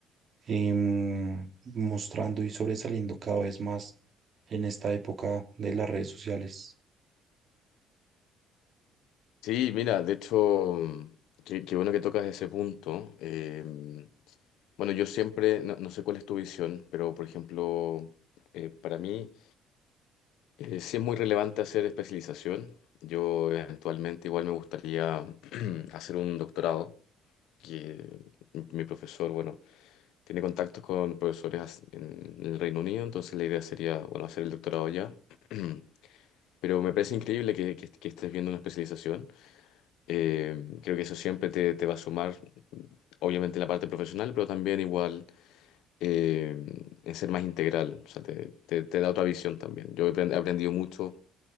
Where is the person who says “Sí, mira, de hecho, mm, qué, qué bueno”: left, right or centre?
Left